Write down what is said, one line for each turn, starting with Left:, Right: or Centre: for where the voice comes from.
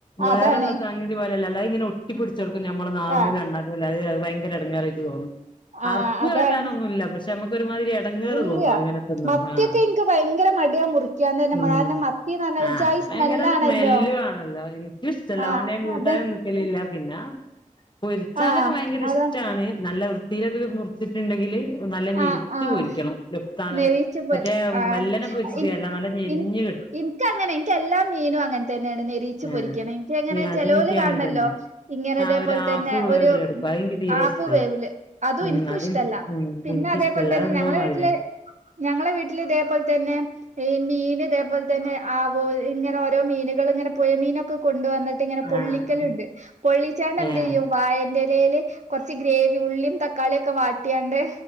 Left: വേറെള്ള
Right: അതാണ്
Left: സാങ്ങ ഇതു പലല്ല അത ഇങ്ങനെ ഒട്ടി പിടിച്ചെടുക്കും നമ്മൾ നാവുമ്മല
Right: ആ
Left: അണ്ണാക്കുമ്മലു അയ് അത് ഭയങ്കര എടങ്ങാറയ് തോന്നും.
Right: ആ
Left: അർപ്പ്
Right: അതാണ്
Left: കാട്ടാനൊന്നുല്ല പക്ഷെ നമ്മുക്ക് ഒരുമാതിരി ഇടങ്ങേറ്
Right: ഇല്ല്യ
Left: തോന്നു അങ്ങനെ തിന്നുമ്പോ
Right: മത്തിയൊക്കെ
Left: ആഹ്
Right: ഇൻക്ക് ഭയങ്കര മടിയാ മുറിക്കാൻ തന്നെ
Left: ഉം
Right: കാരണം മത്തിന്ന് പറഞ്ഞാ ഒരു
Left: ആഹ്
Right: ജായി സ്മെല്ലാണല്ലോ
Left: ഭയങ്കര സ്മെല്ലു ആണല്ലോ എനിക്ക് ല്ലാ
Right: ആഹ്
Left: അതോണ്ട് ഞാൻ കൂട്ടാനും
Right: അതെ
Left: നിക്കലില്ല പിന്നെ പൊരിച്ചാലൊക്കെ
Right: ആഹ്
Left: ഭയങ്കര
Right: അതാ
Left: ഇഷ്ട്ടാണ് നല്ല വൃത്തിയിലൊക്കെ മുറിച്ചിട്ടുണ്ടെങ്കില്.. നല്ല ഞെരിച്ച്
Right: ആഹ് ആഹ്
Left: പൊരിക്കണം ലുപ്താണ്
Right: നെരീച്ച പോയി
Left: മറ്റേ
Right: ആഹ്
Left: മെല്ലനെ പൊരിച്ചിട്ടരല്ല
Right: ഇൻ
Left: നല്ലഞ്ഞെരിഞ്ഞ്
Right: ഇൻ
Left: കി
Right: ഇൻക്ക് അങ്ങനെ എനിക്ക് എല്ലാ മീനും അങ്ങനെ തന്നെയാണ് നെരിച്ചു
Left: ആഹ്
Right: പൊരിക്കണം എനിക്ക അങ്ങനെ
Left: ഈ അതെനിക്ക്
Right: ചെലോല് കാണല്ലോ
Left: അങ്ങനെ തന്നെ
Right: ഇങ്ങനെ
Left: ആഹ്
Right: ഇതേപോലെ
Left: ഒരു ഹാഫ്
Right: തന്നെ
Left: വേവിലെടുക്കും
Right: ഒരു
Left: അതെനിക്ക് തീരെ
Right: ആഫു
Left: ഇഷ്ടല്ല
Right: വേവില്. അതും
Left: ഉം
Right: എനിക്കും
Left: അതെനിക്ക്
Right: ഇഷ്ടല്ല
Left: ഉം
Right: പിന്നെ
Left: എനിക്കിഷ്ടല്ല
Right: അതേ പോലെ തന്നെ
Left: അതെന്തോ
Right: ഞങ്ങളെ
Left: മാതിരിയാ
Right: വീട്ടില്. ഞങ്ങളെ വീട്ടിൽ ഇതേ പോലെ തന്നെ ഈ മീൻ ഇതേ പോലെ തന്നെ ആവോ ഇങ്ങനെ ഓരോ മീനുകളൾ ഇങ്ങനെ പുഴ മീനൊക്കെ കൊണ്ടുവന്ന ഇങ്ങനെ പൊള്ളിക്കലുണ്ട്
Left: ആഹ്
Right: പൊള്ളിച്ചാണ്ട് എന്ത
Left: ഏഹ്
Right: ചെയ്യും വായന്റെ ഇലൽ കുറച്ച് ഗ്രേവി ഉള്ളിയും തട്ടി തക്കാളിയൊക്കെ വാട്ടിയാണ്ട്